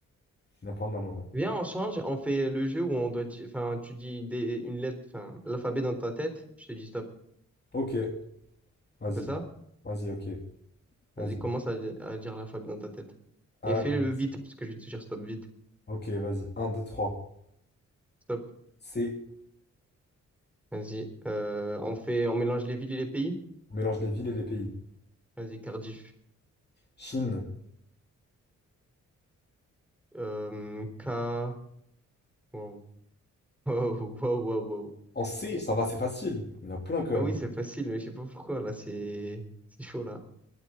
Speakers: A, on the left (about 35°); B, in the centre.
A: Il y en a pas mal, ouais.
B: Viens, on change, on fait le jeu où on doit dire, enfin, tu dis des, une lettre, enfin, l'alphabet dans ta tête, je te dis stop.
A: Ok, vas-y.
B: On fait ça?
A: Vas-y, ok. Vas-y.
B: Vas-y, commence à, à dire l'alphabet dans ta tête.
A: ah
B: Et fais-le
A: B.
B: vite, parce que je vais te dire stop vite.
A: Ok, vas-y. un 2 3
B: Stop.
A: C.
B: Vas-y. Euh, on fait, on mélange les villes et les pays.
A: On mélange les villes et les pays.
B: Vas-y, Cardiff.
A: Chine.
B: Euh, K. Wow. <laughs> Wow, wow, wow, wow.
A: En C, ça va, c'est facile. Il y en a plein quand même.
B: Ah oui, c'est facile, mais je sais pas pourquoi, là, c'est, c'est chaud, là.